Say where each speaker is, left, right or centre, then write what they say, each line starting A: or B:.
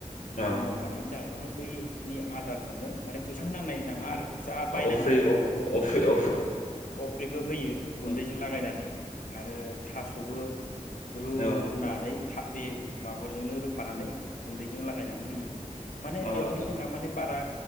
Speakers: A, on the left; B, on the left.
A: अ
B: जौ मावखानायनि <unintelligible> बैनि आदारजोंनो माने फैसा होनांनाय नाङा आरो। फैसा
A: अफ्रि
B: बायनाङा आरो आदारखौहाय
A: अफ्रि अ
B: औ अफ्रिखौ होयो गुन्दैजों
A: अ
B: लागायनानै आरो थास'बो रुनानै
A: अ
B: था बे माबाफोरजोंनो रुफानानै गुन्दैजों लागायनानै होयो। माने
A: अ
B: बेवहाय
A: नंगौ
B: जोंहा माने बारा